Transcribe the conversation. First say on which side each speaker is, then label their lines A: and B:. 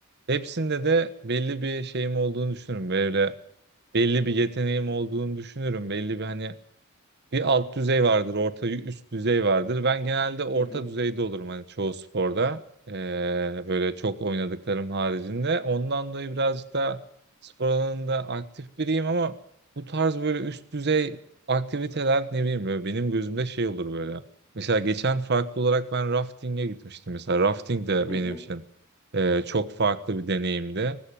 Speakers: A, on the right (about 50°); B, on the left (about 25°).
A: hepsinde de belli bir şeyim olduğunu düşünürüm. Böyle belli bir yeteneğim olduğunu düşünürüm. Belli bir hani bir alt düzey vardır, orta üst düzey vardır. Ben genelde orta
B: Hı hı.
A: düzeyde olurum hani çoğu sporda. Ee, böyle çok oynadıklarım haricinde. Ondan dolayı birazcık da spor alanında aktif biriyim ama bu tarz böyle üst düzey aktiviteler ne bileyim böyle benim gözümde şey olur böyle. Mesela geçen farklı olarak ben rafting'e gitmiştim. Mesela rafting de
B: Hı
A: benim
B: hı.
A: için e, çok farklı bir deneyimdi.